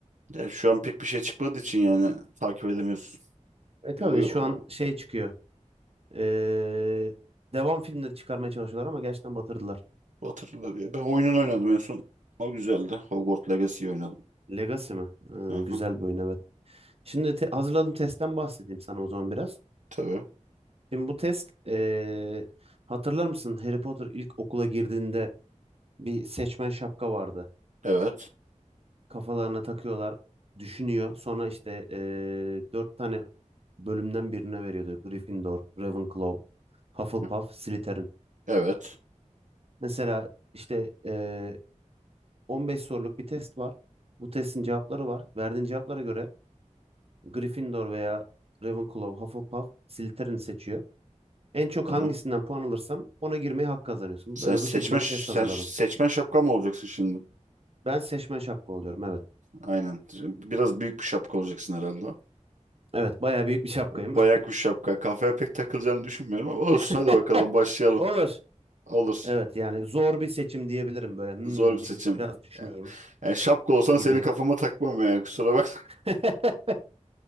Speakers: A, on the right (about 75°); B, on the right (about 50°).
A: De şu an pek bir şey çıkmadığı için yani takip edemiyorsun.
B: E tabii
A: Bir oyu
B: şu
A: o,
B: an şey çıkıyor. Ee, devam filmleri çıkarmaya çalışıyorlar ama gerçekten batırdılar.
A: o hatırlar ya. Ben oyunun oynadım en son. O güzeldi. Hogwarts Legacy oynadım.
B: Legacy mi?
A: Aha,
B: Ee, güzel bir oyun evet. Şimdi te- hazırladığım testten bahsedeyim sana o zaman biraz.
A: tabii.
B: Şimdi bu test ee, hatırlar mısın? Harry Potter ilk okula girdiğinde bir seçmen şapka vardı.
A: Evet.
B: Kafalarına takıyorlar. Düşünüyor. Sonra işte ee, dört tane bölümden birine veriyordu. Gryffindor, Ravenclaw, Hufflepuff,
A: Hı hı.
B: Slytherin.
A: Evet.
B: Mesela işte eee, 15 soruluk bir test var. Bu testin cevapları var. Verdiğin cevaplara göre Gryffindor veya Ravenclaw, Hufflepuff, Slytherin seçiyor. En çok
A: Tamam.
B: hangisinden puan alırsam ona girmeyi hak kazanıyorsun.
A: Sen
B: Böyle
A: seçmen
B: bu şekilde bir
A: sen
B: test hazırladım.
A: seçmen şapka mı olacaksın şimdi?
B: Ben seçmen şapka oluyorum evet.
A: Aynen. Biraz büyük bir şapka olacaksın herhalde.
B: Evet bayağı büyük bir şapkayım.
A: Bayağı kuş şapka. Kafaya pek takılacağını düşünmüyorum ama olsun
B: <laughs>
A: hadi bakalım başlayalım.
B: Olur.
A: Olur.
B: Evet yani zor bir seçim diyebilirim böyle. Hmm,
A: Zor bir seçim.
B: bir de biraz düşüneyim
A: Yani, yani şapka olsan
B: gibi.
A: senin kafama takmam yani kusura bakma.
B: <laughs>